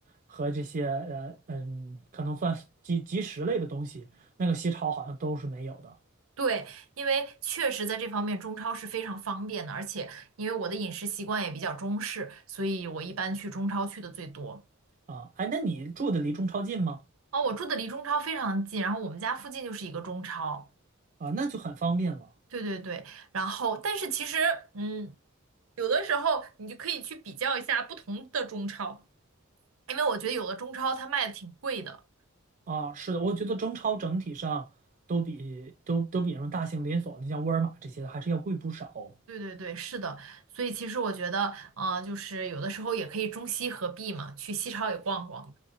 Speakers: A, on the right; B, on the right.
A: 和这些呃嗯，可能算是即即食类的东西，那个西超好像都是没有的
B: 对，因为确实在这方面中超是非常方便的，而且因为我的饮食习惯也比较中式，所以我一般去中超去的最多。
A: 啊。哎，那你住的离中超近吗？
B: 哦，我住的离中超非常近，然后我们家附近就是一个中超。
A: 啊，那就很方便了
B: 对对对，然后但是其实，嗯，有的时候你就可以去比较一下不同的中超，因为我觉得有的中超它卖的挺贵的。
A: 啊。是的，我觉得中超整体上都比都都比什么大型连锁的，像沃尔玛这些的还是要贵不少
B: 对对对，是的，所以其实我觉得，呃，就是有的时候也可以中西合璧嘛，去西超也逛逛。